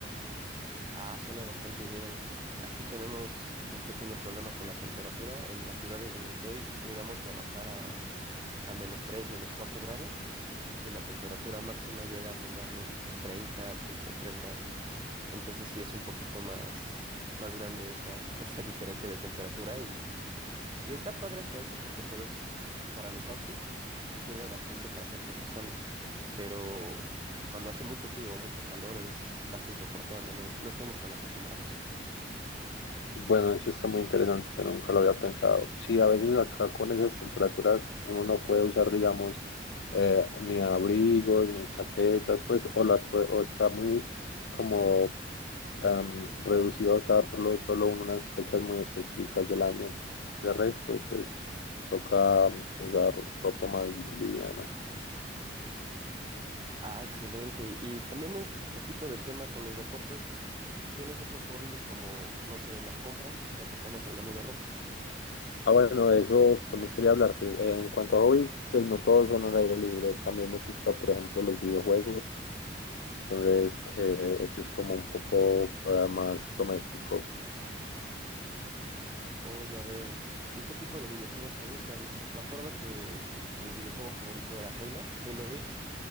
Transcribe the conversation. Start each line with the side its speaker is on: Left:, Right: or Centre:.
Right: Ah, suena bastante bien. Aquí tenemos un pequeño problema con la temperatura. En la ciudad de donde soy llegamos a bajar a, a menos 3, menos 4 grados y la temperatura máxima llega a rondar los treinta, treinta y tres grados. Entonces sí es un poquito más, más grande esa, <laughs> esa diferencia de temperatura y Y está padre hasta eso porque puedes, eh, para los outfits, sirve bastante para hacer ciertos cambios. Pero cuando hace mucho frío o mucho calor es casi insoportable, no, no estamos tan acostumbrados.
Left: Bueno, eso está muy interesante, nunca lo había pensado. Sí, a veces acá con esas temperaturas uno no puede usar, digamos, eh, ni abrigos, ni chaquetas, pues, o las, pue- o está muy como am, reducido a usarlo solo en unas fechas muy específicas del año. De resto, pues toca am, usar ropa más liviana.
Right: Ah, excelente. Y cambiando un poquito de tema con los deportes, ¿tienes otros hobbies como, no sé, las compras, ya que estamos hablando de ropa?
Left: Ah, bueno, de eso también quería hablarte. Eh, En cuanto a hobbies, pues no todos son al aire libre. También me gusta, por ejemplo, los videojuegos. Entonces, eh, eso es como un poco eh, más doméstico.
Right: Oh, ya veo. ¿Y qué tipo de videojuegos te gustan? Me acuerdo que mi videojuego favorito era Halo, Halo Reach.